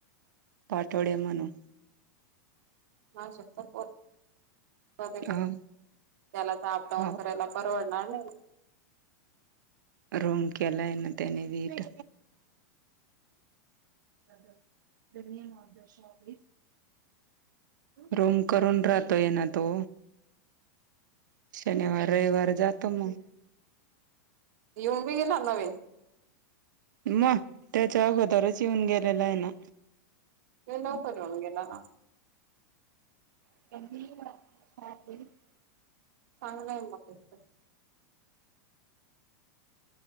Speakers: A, on the right (about 80°); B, on the right (about 55°).
A: पाठोड्या म्हणून
B: शक त्याला
A: ह
B: तर अपडाऊन
A: हो
B: करायला परवाडणार नाही.
A: रोम केला येन त्यांनी वीट अ धनय मग दोष होली रोम करून राहतोय ना तो शनिवार रविवार जातो मग
B: येऊन बी गेला नवीन
A: मग त्याच्या अगोदरच येऊन गेलेला आहे ना.
B: त लवकर येऊन गेला ना.
A: <unintelligible>
B: चांगलंय मग त्याथं